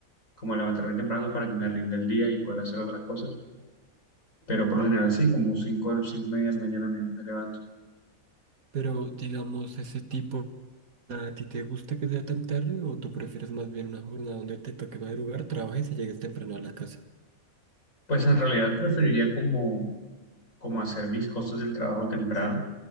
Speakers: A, on the left; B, on the right.
A: como levantarme temprano para que me rinda el día y poder hacer otras cosas. Pero por lo general sí, como cinco 5 y media de la mañana me, me levanto.
B: pero digamos, ese tipo, ¿a ti te gusta que sea tan tarde o tú prefieres más bien una jornada donde te toque madrugar, trabajes y llegues temprano a la casa?
A: Pues en realidad preferiría como, como hacer mis cosas del trabajo temprano